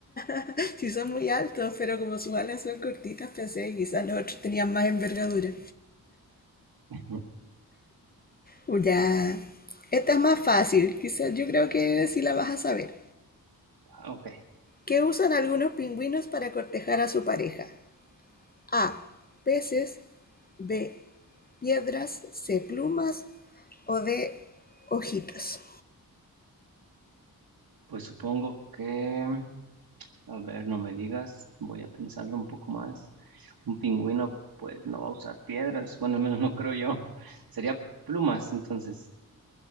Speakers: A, on the left (about 25°); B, on the right (about 75°).
A: <laughs> sí son muy altos, pero como sus alas son cortitas, pensé que quizás los otros tenían más envergadura.
B: Ujú.
A: Uh, Ya. Esta es más fácil. Quizás yo creo que sí la vas a saber.
B: Ok,
A: ¿Qué usan algunos pingüinos para cortejar a su pareja? A. Peces. B. Piedras. C. Plumas. O D. Hojitas.
B: pues supongo que... A ver, no me digas, voy a pensarlo un poco más. Un pingüino, pues no va a usar piedras, bueno, al menos no creo yo. <laughs> Sería plumas, entonces.